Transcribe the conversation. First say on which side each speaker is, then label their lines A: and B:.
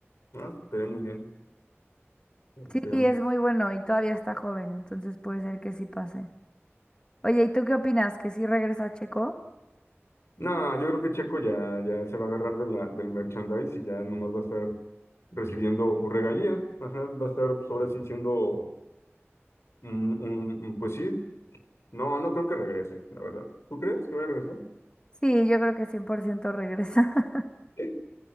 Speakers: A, on the left; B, on the left.
A: Ah, estaría muy bien. Estaría
B: Sí, es
A: muy-
B: muy bueno y todavía está joven, entonces puede ser que sí pase. Oye, ¿y tú qué opinas? ¿Que sí regresa Checo?
A: No, yo creo que Checo ya, ya se va a agarrar de la, del merchandise y ya nomás va a estar recibiendo pues, regalías. Ajá, va a estar pues, ahora sí siendo, un- un- un- pues sí, No, no creo que regresen, la verdad. ¿Tú crees que va a regresar?
B: Sí, yo creo que 100% regresa. <laughs>
A: Sí.